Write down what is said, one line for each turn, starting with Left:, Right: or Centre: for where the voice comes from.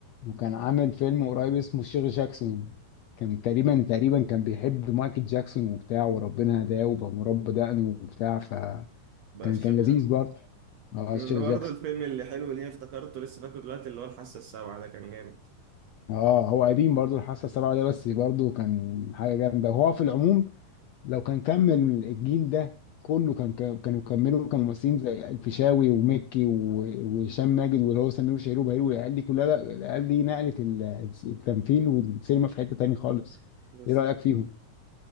Left: وكان عامل فيلم قريب اسمه الشيخ جاكسون كان تقريبا تقريبا كان بيحب مايكل جاكسون وبتاع وربنا هداه وبقى مربى دقنه وبتاع فكان
Right: بقى الشغل
Left: كان لذيذ برضه اه
Right: اللي
Left: الشيخ
Right: برضه
Left: جاكسون
Right: الفيلم اللي حلو اللي هي افتكرته لسه فاكره دلوقتي اللي هو الحاسة السابعة ده كان جامد
Left: اه هو قديم برضو الحاسه السابعه ده بس برضو كان حاجه جامده وهو في العموم لو كان كمل الجيل ده كله كان كان- كانوا كملوا كممثلين زي الفيشاوي ومكي و- وهشام ماجد واللي هو سمير وشهير وبهير والعيال دي كلها لا، العيال دي نقلت ال- التمثيل والسينما في حته تاني خالص
Right: بالظبط
Left: ايه رايك فيهم؟